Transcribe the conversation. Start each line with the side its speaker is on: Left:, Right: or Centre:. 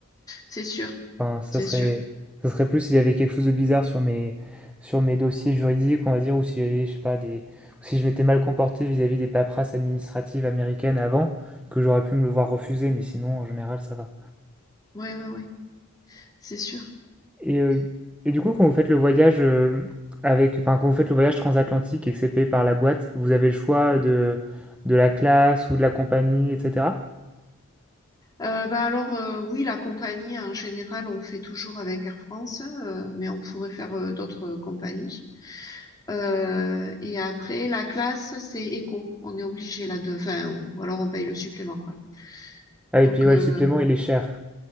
Left: c'est sûr,
Centre: Enfin, ça
Left: c'est
Centre: serait,
Left: sûr.
Centre: ça serait plus s'il y avait quelque chose de bizarre sur mes, sur mes dossiers juridiques, on va dire, ou si j'avais, je sais pas, des, ou si je m'étais mal comporté vis-à-vis des paperasses administratives américaines avant, que j'aurais pu me le voir refuser, mais sinon, en général, ça va.
Left: Ouais ouais ouais, c'est sûr.
Centre: Et, euh, et du coup, quand vous faites le voyage euh, avec, enfin, quand vous faites le voyage transatlantique et que c'est payé par la boîte, vous avez le choix de, de la classe ou de la compagnie, etc.
Left: Euh, bah alors euh, oui, la compagnie en général, on fait toujours avec Air France, euh, mais on pourrait faire euh, d'autres euh, compagnies. Euh, et après, la classe, c'est éco. On est obligé là de... Enfin, ou alors on paye le supplément, quoi.
Centre: Ah,
Left: Donc,
Centre: et puis ouais,
Left: euh,
Centre: le supplément, il est cher.